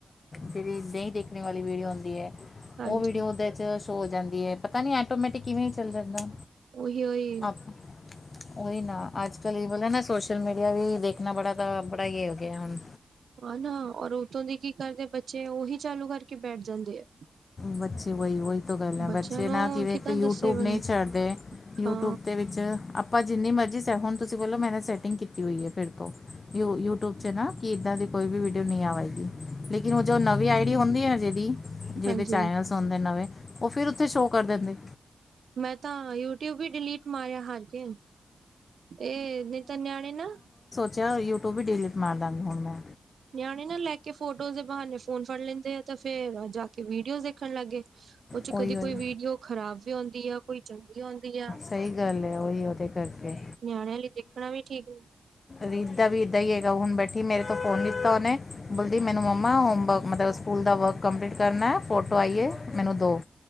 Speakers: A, on the left; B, on the right.
A: ਜਿਹੜੀ ਨਹੀਂ ਦੇਖਣ ਵਾਲੀ ਵੀਡੀਓ ਹੁੰਦੀ ਹੈ।
B: ਹਾਂਜੀ
A: ਉਹ ਵੀਡੀਓ ਉਹਦੇ ਚ ਸ਼ੋ ਹੋ ਜਾਂਦੀ ਹੈ ਪਤਾ ਨੀ ਐਟੋਮੈਟਿਕ ਕਿਵੇਂ ਹੀ ਚੱਲ ਜਾਂਦਾ।
B: ੳਈਉ ਈ
A: ਆਪ ਉਹੀ ਨਾ ਅੱਜਕੱਲ੍ਹ ਇਹ ਵਲਾ ਨਾ ਸੋਸ਼ਲ ਮੀਡੀਆ ਵੀ ਦੇਖਣਾ ਬੜਾ ਤਾਂ ਬੜਾ ਹੀ ਹੋ ਗਿਆ ਹੁਣ।
B: ਹਨਾ ਔਰ ਉੱਥੋਂ ਦੇ ਕੀ ਕਰਦੇ ਬੱਚੇ ਉਹੀ ਚਾਲੂ ਕਰਕੇ ਬੈਠ ਜਾਂਦੇ ਆ।
A: ਬੱਚੇ ਵਹੀ ਉਹੀ ਤੋਂ ਗੱਲ ਹੈ
B: ਬੱਚਿਆਂ
A: ਬੱਚੇ
B: ਨੂੰ
A: ਨਾ ਕਿਵੇਂ
B: ਕਿੱਦਾਂ
A: ਇੱਕ ਯੂਟਿਊਬ
B: ਦੱਸੇ ਬੰ
A: ਨਹੀਂ ਛੱਡਦੇ, ਯੂਟਿਊਬ
B: ਹਾਂ
A: ਦੇ ਵਿੱਚ ਆਪਾਂ ਜਿੰਨੀ ਮਰਜ਼ੀ ਸੈ ਹੁਣ ਤੁਸੀਂ ਬੋਲੋ ਮੈਂਨੇ ਸੈਟਿੰਗ ਕੀਤੀ ਹੋਈ ਹੈ ਫਿਰ ਤੋਂ ਯੂ ਯੂਟਿਊਬ ਨਾ ਕਿ ਇਹਦਾ ਦੀ ਕੋਈ ਵੀਡੀਓ ਨਹੀਂ ਆਵੇਗੀ ਲੇਕਿਨ ਉਹ ਜੋ ਨਵੀਂ ਆਈਡੀ ਹੁੰਦੀ ਆ ਜੇਦੀ ਜਿਹਦੇ
B: ਹਾਂਜੀ
A: ਚੈਨਲਸ ਹੁੰਦੇ ਨਵੇਂ ਉਹ ਫਿਰ ਉੱਥੇ ਸ਼ੋਅ ਕਰ ਦਿੰਦੇ।
B: ਮੈਂ ਤਾਂ ਯੂਟਿਊਬ ਹੀ ਡਿਲੀਟ ਮਾਰਿਆ ਹਾਰ ਕੇ। ਇਹ ਨੀਤਾ ਨਿਆਣੇ ਨਾ
A: ਜਾਂ ਯੂਟਿਊਬ ਵੀ ਡਿਲੀਟ ਮਾਰ ਦਾਂਗੀ ਹੁਣ ਮੈਂ।
B: ਨਿਆਣੇ ਨਾਲ ਲੈ ਕੇ ਫੋਟੋਜ਼ ਦੇ ਬਹਾਨੇ ਫੋਨ ਫੜ ਲੈਂਦੇ ਆ ਤੇ ਫੇਰ ਜਾ ਕੇ ਵੀਡੀਓ ਦੇਖਣ ਲੱਗੇ। ਉਹ ਚ
A: ਉਹੀ
B: ਕਦੀ
A: ਉਹੀ
B: ਕੋਈ ਵੀਡੀਓ ਖ਼ਰਾਬ ਵੀ ਆਉਂਦੀ ਆ ਕੋਈ ਚੰਗੀ ਆਉਂਦੀ ਆ।
A: ਸਹੀ ਗੱਲ ਹੈ ਉਹੀ ਉਹਦੇ ਕਰਕੇ
B: ਨਿਆਣਿਆਂ ਲਈ ਦੇਖਣਾ ਵੀ ਠੀਕ ਨੀ।
A: ਰੀਦ ਦਾ ਵੀ ਏਦਾਂ ਹੀ ਹੈਗਾ ਹੁਣ ਬੈਠੀ ਮੇਰੇ ਤੋਂ ਫੋਨ ਲੀਤਾ ਉਹਨੇ ਬੋਲਦੀ ਮੈਨੂੰ ਮੰਮਾ ਹੋਮਵਰਕ ਮਤਲਬ ਸਕੂਲ ਦਾ ਵਰਕ ਕੰਪਲੀਟ ਕਰਨਾ ਫੋਟੋ ਆਈਏ ਮੈਨੂੰ ਦੋ